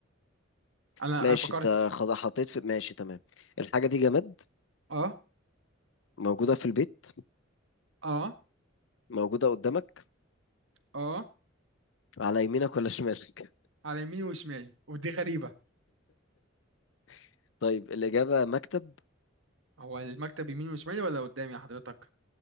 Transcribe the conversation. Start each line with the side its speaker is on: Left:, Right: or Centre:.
Right: أنا
Left: ماشي
Right: أنا فكرت
Left: انت خلاص حطيت في ماشي تمام الحاجه دي جماد
Right: أه
Left: موجوده في البيت
Right: أه
Left: موجوده قدامك
Right: أه
Left: على يمينك ولا شمالك
Right: على يميني وشمالي ودي غريبة
Left: <laughs> طيب الاجابه مكتب
Right: هو المكتب يميني وشمالي ولا قدامي يا حضرتك